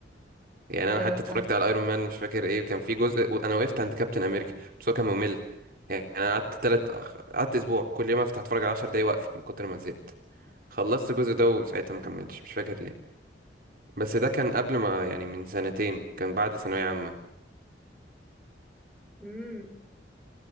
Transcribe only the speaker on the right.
يعني
انا حتى اتفرجت
على ايرون مان مش فاكر ايه كان في جزء انا وقفت عند كابتن امريكا بس هو كان ممل يعني انا قعدت تلت أخ... قعدت اسبوع كل يوم افتح اتفرج على 10 دقايق واقفل من كتر ما زهقت خلصت الجزء ده وساعتها ما كملتش مش فاكر ليه بس ده كان قبل ما يعني من سنتين كان بعد ثانوية عامة